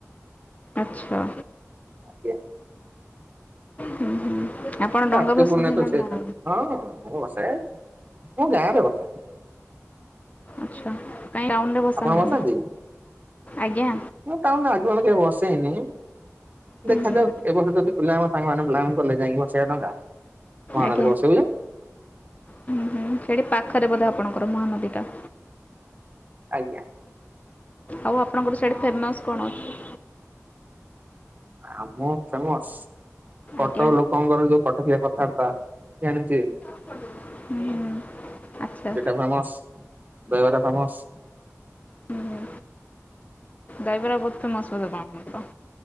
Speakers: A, on the left; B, on the right.
A: ଆଚ୍ଛା।
B: ଆଜ୍ଞା
A: ହୁଁ ହୁଁ ଆପଣ
B: କାର୍ତ୍ତିକ
A: ଡଙ୍ଗା ବସାନ୍ତି
B: ପୂର୍ଣ୍ଣିମା ତ
A: ନା
B: ସେଇଦିନ
A: ନ୍?
B: ହଁ ଭସାଏ ମୁଁ ଗାଁ ରେ ଭସାଏ।
A: ଆଚ୍ଛା କାହିଁ ଟାଉନ ରେ ଭସାନ୍ତିନି
B: ଆପଣ ବସାନ୍ତି
A: ଆଜ୍ଞା।
B: ମୁଁ ଟାଉନ ରେ ଆଜି ପର୍ଯ୍ୟନ୍ତ କେବେ ଭସେଇନି
A: ହୁଁ
B: ଦେଖାଯାଉ
A: ହୁଁ
B: ଏ ବର୍ଷ ଯଦି ପିଲା ଆମ ସାଙ୍ଗମାନେ ପ୍ଲାନ୍ କଲେ ଯାଇକି ଭସେଇବା ଡଙ୍ଗା। ମହାନଦୀରେ
A: ଆଜ୍ଞା
B: ବସେଇବୁ ଯେ
A: ହୁଁ ହୁଁ ସେଠି ପାଖରେ ବଧେ ଆପଣଙ୍କର ମହାନଦୀ ଟା?
B: ଆଜ୍ଞା।
A: ଆଉ ଆପଣଙ୍କର ସେଠି ଫେମସ କଣ ଅଛି?
B: ଆମ ଫେମସ କଟକ
A: ଆଜ୍ଞା
B: ଲୋକ କଁ କରୁ ଯୋଉ କଟକିଆ କଥାବାର୍ତ୍ତା ଜାଣିଥିବେ
A: ହୁଁ, ହୁଁ। ଆଚ୍ଛା
B: ସେଇଟା ଫେମସ ଦହିବରା ଫେମସ।
A: ହୁଁ ଦହିବରା ବହୁତ ଫେମସ ବୋଧେ <inaudible>